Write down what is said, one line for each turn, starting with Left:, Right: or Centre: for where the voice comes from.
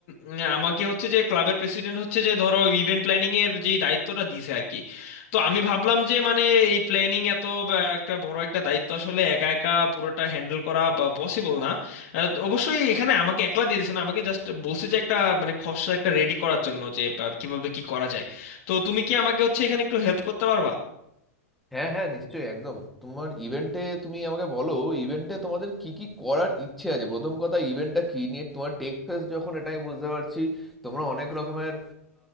Left: উম, আমাকে হচ্ছে যে ক্লাবের প্রেসিডেন্ট হচ্ছে যে ধরো ইভেন্ট প্ল্যানিং এর যেই দায়িত্বটা দিছে আর কি তো আমি ভাবলাম যে মানে এই প্ল্যানিং এত বা- একটা বড় একটা দায়িত্ব আসলে একা একা পুরোটা হ্যান্ডেল করা পসিবল না আহ, অবশ্যই এখানে আমাকে একলা দিয়ে দিয়েছে না আমাকে জাস্ট বলছে যে একটা মানে খসড়া একটা রেডি করার জন্য যে বা, কিভাবে কি করা যায় তো তুমি কি আমাকে হচ্ছে এখানে একটু হেল্প করতে পারবা
Centre: হ্যাঁ হ্যাঁ নিশ্চয়ই একদম তোমার ইভেন্টে তুমি আমাকে বলো ইভেন্টে তোমাদের কি কি করার ইচ্ছে আছে প্রথম কথা ইভেন্টটা কি নিয়ে তোমার টেক্সাস যখন এটা আমি বুঝতে পারছি তোমরা অনেক রকমের